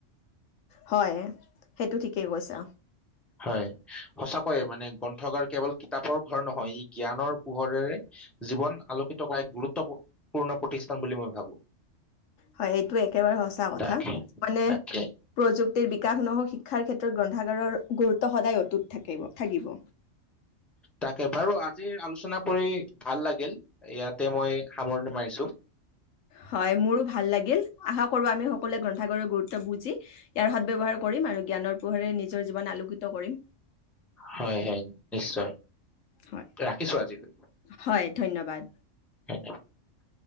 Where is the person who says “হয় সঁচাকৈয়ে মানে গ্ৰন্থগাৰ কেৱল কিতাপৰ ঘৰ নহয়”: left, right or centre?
Centre